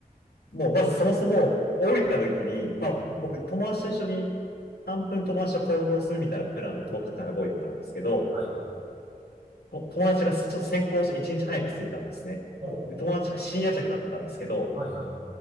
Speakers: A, on the left (about 85°); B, on the right (about 50°).
A: もう、まずそもそも、降りた時に、まあ、
B: うん。
A: 僕、友達と一緒に、半分友達と行動するみたいなプランで10日間動いてたんですけど、
B: はい。
A: と友達がちょっと先行して1日早く着いたんですね。
B: ほう。
A: で友達が深夜着だったんですけど、
B: はいはい。